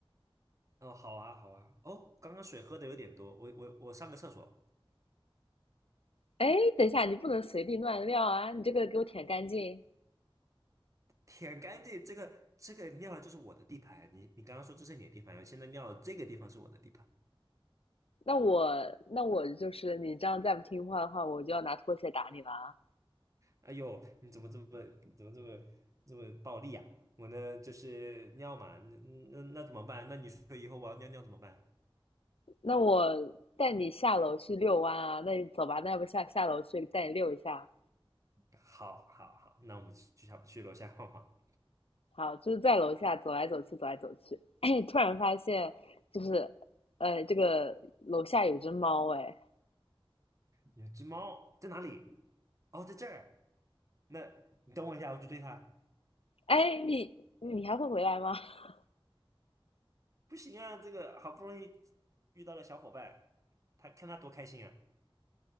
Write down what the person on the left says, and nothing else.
哎，等一下，你不能随地乱尿啊！你这个给我舔干净。
那我那我就是你这样再不听话的话，我就要拿拖鞋打你了啊。
那我带你下楼去遛弯啊，那你走吧，那要不下下楼去带你遛一下？
好，就是在楼下走来走去，走来走去，<coughs> <clears throat> 突然发现就是，呃，这个楼下有只猫，哎，
哎，你你还会回来吗？<laughs>